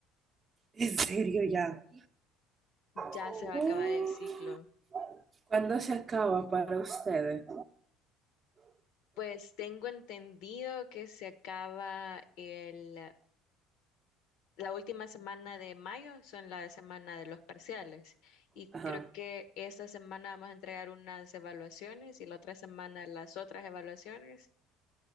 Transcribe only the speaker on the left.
Ya
se va a acabar el ciclo.
Pues tengo entendido que se acaba el, la última semana de mayo, son la semana de los parciales. Y
creo que esta semana vamos a entregar unas evaluaciones y la otra semana las otras evaluaciones.